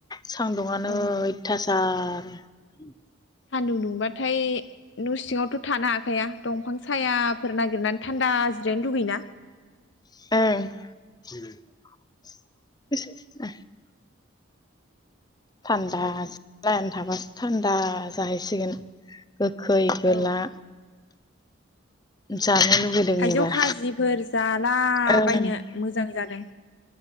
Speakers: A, on the left; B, on the left.
A: सान्दुुंआनो
B: ओं
A: अयथासार आरो
B: सान्दुं दुंबाथाय न' सिंआवथ थानो हाखाया दंफां सायाफोर नागिरनानै थान्दा जिरायनो लुगैयोना?
A: ओ <unintelligible> <unintelligible> थान्दा <unintelligible> थाबासो थान्दा जाहै सिगोन गोखै गोला
B: औ
A: <unintelligible> लुुबैदों
B: थाइजौ
A: एबार
B: खाजिफोर जाला
A: ओं
B: बायनो मोजां जादों